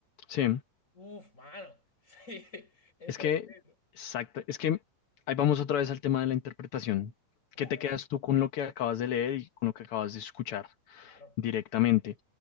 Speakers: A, on the left (about 60°); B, on the left (about 20°).
A: Sí.
B: uff, mano, <laughs> sí, es
A: Es
B: tremendo.
A: que, exacto. Es que ahí vamos otra vez al tema de la interpretación.
B: Claro,
A: ¿Qué te quedas tú con lo que acabas de leer y con lo que acabas de escuchar?
B: claro.
A: directamente.